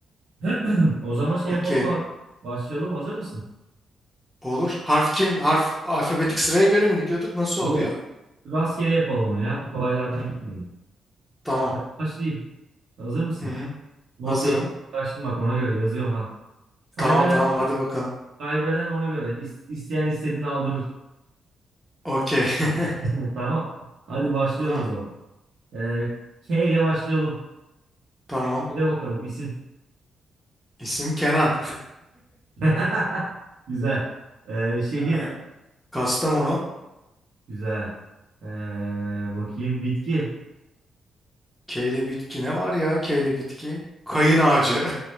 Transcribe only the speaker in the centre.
Okey.
Olur. Harf kim? Harf alfabetik sıraya göre mi gidiyorduk? Nasıl
oluyor?
Tamam.
Hı hı.
Hazırım.
Tamam tamam hadi bakalım.
Okey. <laughs>
Tamam.
Tamam.
İsim Kenan. <laughs>
Ee, Kastamonu.
Keyle bitki ne var ya keyle bitki? Kayın ağacı.